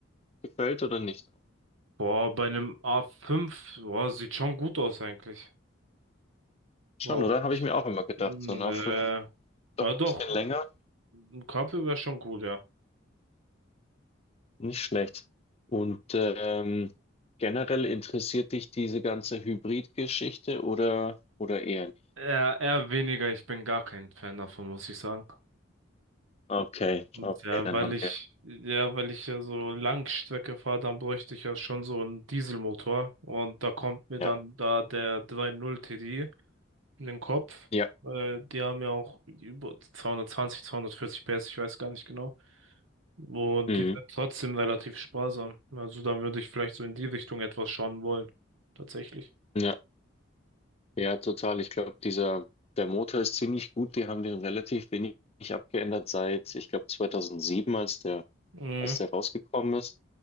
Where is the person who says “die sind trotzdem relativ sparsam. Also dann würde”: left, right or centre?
Right